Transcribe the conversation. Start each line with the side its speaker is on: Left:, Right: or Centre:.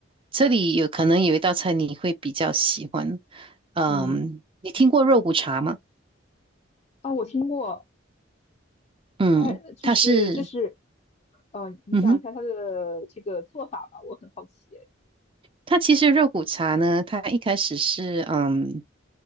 Right: 这里有可能有一道菜你会比较喜欢。嗯，
Left: 嗯
Right: 你听过肉骨茶吗？
Left: 啊，我听过，
Right: 嗯，
Left: 但就是就是，
Right: 它是，
Left: 呃，你讲一下它的这个做法吧，
Right: 嗯哼。
Left: 我很好奇诶。
Right: 它其实肉骨茶呢，它一开始是嗯，